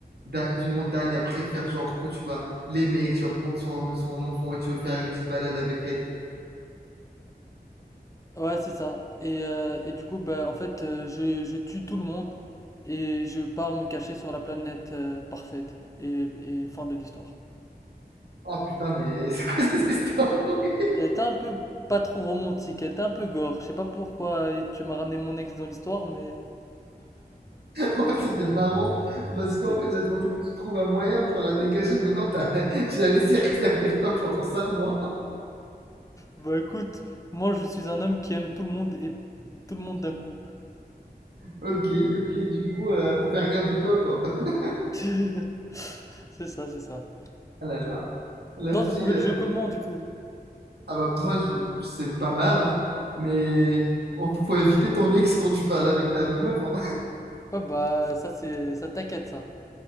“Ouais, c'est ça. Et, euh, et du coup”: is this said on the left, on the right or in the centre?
Left